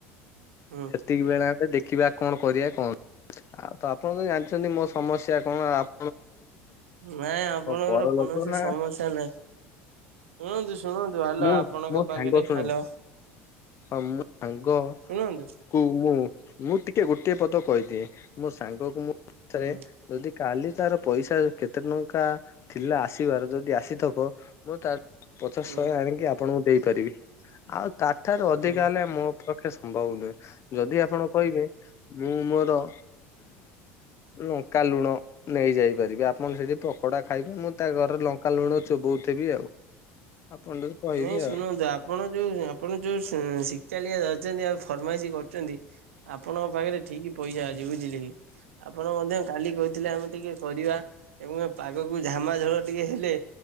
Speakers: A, on the right; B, on the left.
A: ହୁଁ
B: ସେତିକି ବେଳେ ଆମେ ଦେଖିବା କଣ କରିବା କଣ ଆଉ ତ ଆପଣ ତ ଜାଣଚନ୍ତି ମୋ ସମସ୍ୟା କଣ ଆପ
A: ନାଇଁ ଆପଣଙ୍କର
B: ପରଲୋକ
A: କୌଣସି
B: ନା
A: ସମସ୍ୟା ନାଇଁ। ଶୁଣନ୍ତୁ ଶୁଣନ୍ତୁ ହାଲୋ
B: ମୁଁ
A: ଆପଣଙ୍କ
B: ମୋ ସାଙ୍ଗ
A: ପାଖରେ
B: ଶୁଣ
A: ହ୍ୟାଲୋ
B: ହଁ ମୁଁ ସାଙ୍ଗ
A: ଶୁଣନ୍ତୁ
B: କୁ ମୁଁ ମୁଁ ଟିକେ ଗୋଟିଏ ପଦ କହିଦିଏ। ମୋ ସାଙ୍ଗକୁ ମୁଁ ଥରେ
A: ହୁଁ
B: ଯଦି କାଲି ତାର ପଇସା କେତେ ଟଙ୍କା ଥିଲା ଆସିବାର ଯଦି ଆସିଥବ ମୁଁ ତାଠୁ ପଚାଶ୍
A: ହୁଁ
B: ଶହେ ଆଣିକି ଆପଣଙ୍କୁ ଦେଇପାରିବି। ଆଉ ତାଠାରୁ ଅଧିକା
A: ହୁଁ।
B: ହେଲେ ମୋ ପା ଖେ ସମ୍ଭବ ନୁହେଁ। ଯଦି ଆପଣ କହିବେ ମୁଁ ମୋର ଲଙ୍କା ଲୁଣ ନେଇ ଯାଇ ପାରିବି। ଆପଣ ସେଠି ପକୋଡା ଖାଇବେ ମୁଁ ତା ଘରେ ଲଙ୍କା ଲୁଣ ଚୋବୋଉ ଥିବି ଆଉ। <unintelligible>
A: ନାଇଁ ଶୁଣନ୍ତୁ
B: ଆଉ
A: ଆପଣ ଯୋଉ ଆପଣ ଯୋଉ ସେଁ ଶି ଚାଲିଆ ଧରୁଚନ୍ତି ଆଉ ଫର୍ମାଇସି କରୁଚନ୍ତି ଆପଣଙ୍କ ପାଖେରେ ଠିକ୍ ପଇସା ଅଛି ବୁଝିଲେ କି। ଆପଣ ମଧ୍ୟ କାଲି କହୁଥିଲେ ଆମେ ଟିକେ କରିବା ଏବଂ ଏ ପାଗକୁ ଝାମାଝୋଳ ଟିକେ ହେଲେ